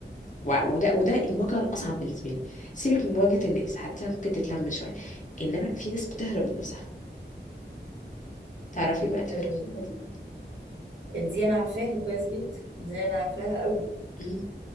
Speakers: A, on the left; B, on the right.
A: وع- وده وده المواجهه الاصعب بالنسبه لي سيبك من مواجهه الناس حتى ممكن تتلم شويه انما في ناس بتهرب من نفسها تعرفي ما تهربيها
B: آه،
A: دي
B: دي انا عارفاها كويس جدا دي انا عارفاها قوي
A: مم.